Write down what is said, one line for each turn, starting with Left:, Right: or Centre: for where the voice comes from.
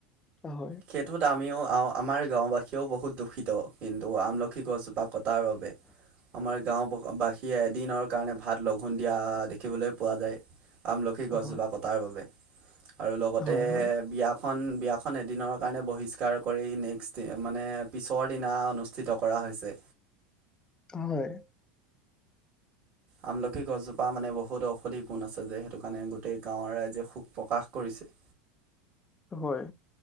Left: হয়।
Right: সেইটোত আমিও আ আমাৰ গাঁওবাসীয়েও বহুত দুখিত। কিন্তু আমলখি গছজোপা কটাৰ বাবে। আমাৰ গাঁও ব বাসীয়ে এদিনৰ কাৰণে ভাত লঘোণ দিয়া দেখিবলৈ পোৱা যায়। আমলখি গছজোপা
Left: হয়
Right: কটাৰ বাবে আৰু লগতে
Left: হয় হয়
Right: বিয়া খন, বিয়াখন এদিনৰ কাৰণে বহিষ্কাৰ কৰি নেক্সট ডে মানে পিছৰ দিনা অনুষ্ঠিত কৰা হৈছে।
Left: হয়।
Right: আমলখি গছজোপা মানে বহুত ঔষধি গুণ আছে যে সেইটো কাৰণে গোটেই গাঁৱৰ ৰাইজে সুখ প্ৰকাশ কৰিছিল।
Left: হয়,